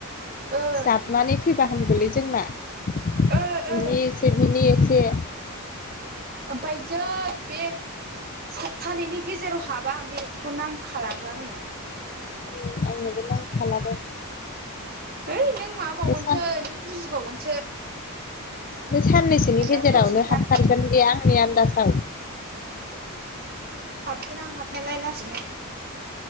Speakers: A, on the right; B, on the left.
A: ओ
B: जाबनानै फैबा हामगौलै जोंना।
A: ओ
B: बिनि
A: ओ
B: एसे बिनि एसे
A: ओमफाय जै बे सपथानैनि गेजेरावहाब <unintelligible> नांखालाबो आंनो।
B: उम आंनोबो नांखाला दा।
A: उइ नों माबावगोनसो
B: सान
A: नों जुजिबावगोनसो
B: बे साननैसोनि
A: गोसोआ
B: गेजेरावनो
A: थौलेसिनथार
B: हाबथारगोन दे आंनि आन्दाजाव।
A: हाबगोन आं हाबनायालाय लासैनो